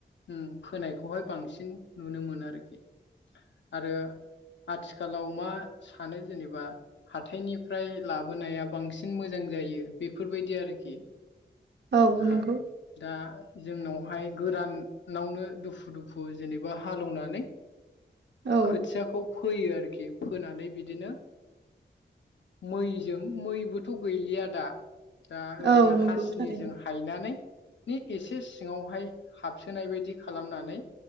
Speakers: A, on the left; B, on the right.
A: उम फोनायखौहाय बांसिन नुनो मोनो आरोखि। आरो आथिखालाव मा सानो जेनेबा हाथायनि फ्राय लाबोनाया बांसिन मोजां जायो बेफोरबायदि आरोखि।
B: औ
A: आ
B: नंगौ
A: दा जोंनावहाय गोरानावनो दुफु दुफु जेनेबा हालेवनानै
B: औ
A: खोथियाखौ फोयो आरोखि फोनानै बिदिनो मैजों मैबोथ' गैलिया दा। दा ओरैनो
B: औ नंगौ
A: हासिनिजों
B: थारैनो
A: हायनानै नि एसे सिङावहाय हाबसोनाय बायदि खालामनानै